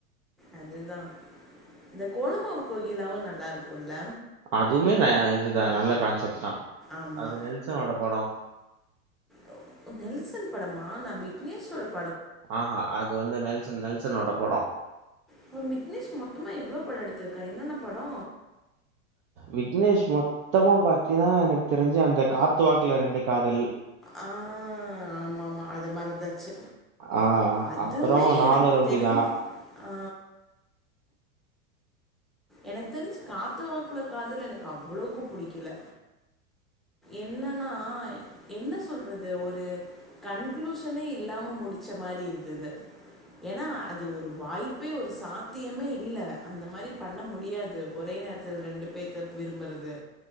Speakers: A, in the centre; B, on the right.
A: அது தா இந்த கோலமாவு கோகிலாவு நல்லாருக்குல்ல
B: அதுவ்மே ந இது தா நல்ல கான்செப்ட் தா
A: ஆமா
B: அது நெல்சனோட படோ
A: ஓ நெல்சன் படமா நா விக்னேஷோடப்
B: ஆ ஆஹ் அது வந்து நெல்சன் நெல்சனோட படோ
A: அவ விக்னேஷ் மொத்தமா எவ்ளோ படோ எடுத்திருக்கா என்னென்ன படோ
B: விக்னேஷ் மொத்தமா பாத்தீன்னா எனக் தெரிஞ்சு அந்த காத்து வாக்குல ரெண்டு காதல்
A: ஆ ஆமாமா அத மறந்தாச்சு
B: ஆஹ் ஆ
A: அதுமே
B: அப்பறோ நானு
A: எனக்கு
B: ரௌடி
A: தெரிஞ்
B: தா
A: ஆ எனக் தெரிஞ்சு காத்து வாக்குல காதல் எனக் அவ்வளோக்கு புடிக்கல என்னனா என்ன சொல்றது ஒரு கன்க்ளூஷனே இல்லாம முடிச்ச மாரி இருந்துது ஏனா அது ஒரு வாய்ப்பே ஒரு சாத்தியமே இல்ல அந்த மாரி பண்ண முடியாது ஒரே நேரத்துல் ரெண்டு பேத்த விரும்பறது